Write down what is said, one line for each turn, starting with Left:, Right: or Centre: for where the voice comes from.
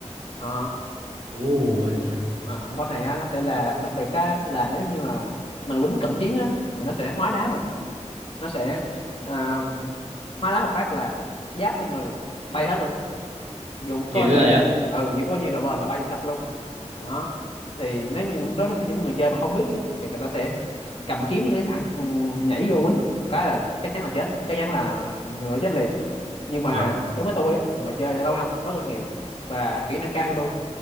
Left: à,
Right: Ồ, Medusa.
Left: mà con boss này á, nó sẽ là đặc biệt á, là nếu như mà mình quýnh cận chiến á thì nó sẽ hóa đá mình nó sẽ à, hóa đá một phát là giáp trên người bay hết luôn dù có
Right: Dữ
Left: bao nhiêu
Right: rồi á.
Left: ừ dù có bao nhiêu độ bền là bay sạch luôn đó thì nếu như đối với những người chơi mà không biết á, thì người ta sẽ cầm kiếm như cái thằng ừ, nhảy vô quýnh một cái là chắc chắn là chết chắc chắn là người đó chết liền nhưng mà
Right: Wow.
Left: đối với tôi á, người chơi lâu năm có kinh nghiệm và kỹ năng cao như tôi